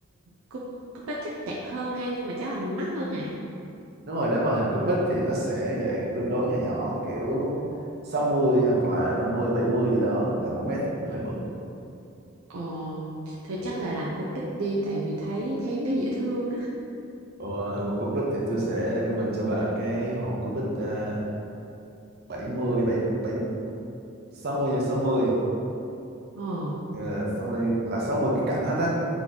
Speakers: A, on the right; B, on the right.
A: cúp cúp bích chắc đẹp hơn ha nhưng mà chắc là mắc hơn hả
B: đúng rồi nếu mà hình cúp bích thì nó sẽ dạng tương đối nhỏ nhỏ kiểu 60 hoặc là 50 70 gì đó tại một mét thì cũng hơi bự
A: ờ thôi
B: Ừ.
A: chắc là làm cúp bích đi tại vì thấy thấy nó dễ thương á
B: Ờ, hồ cúc bích thì tôi sẽ recommend cho bạn cái hồ cúc bích uh, 70 bảy bảy sáu mươi nhân sáu mươi
A: ờ
B: Ờ, 60 là 60 cái cạnh hết á